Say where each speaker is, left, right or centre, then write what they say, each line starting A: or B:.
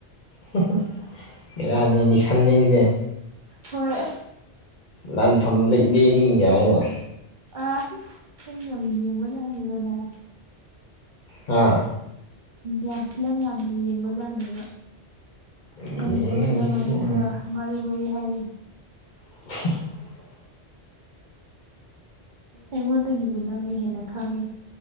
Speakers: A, on the left; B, on the right.
A: ꯍꯝ ꯍꯝ ꯃꯤꯔꯥꯅꯤ ꯃꯤꯁꯟꯅꯤꯁꯦ
B: ꯍꯣꯏ
A: ꯂꯥꯟꯐꯝꯗ ꯏꯕꯦꯅꯤ ꯍꯥꯏꯅ
B: ꯑ ꯑꯩ ꯌꯥꯝ ꯌꯦꯡꯕ ꯌꯥꯍꯅꯤꯗꯅ
A: ꯑꯥ
B: ꯗꯤꯌꯥ ꯐꯤꯂꯝ ꯌꯥꯝꯅ ꯌꯦꯡꯕ ꯖꯥꯠꯅꯦꯕ
A: ꯌꯦꯡꯉꯦ
B: ꯃꯅꯤꯄꯨꯔ ꯐꯤꯂꯝ
A: ꯌꯦꯡꯕꯗꯤ
B: ꯃꯃꯤꯡ
A: ꯎꯝ
B: ꯒꯥ ꯃꯔꯤ ꯃꯔꯤ ꯍꯥꯏꯕꯤ
A: <inaudible>
B: ꯑꯩꯉꯣꯟꯗꯒꯤꯕꯨ ꯅꯪꯅ ꯍꯦꯟꯅ ꯈꯪꯉꯦ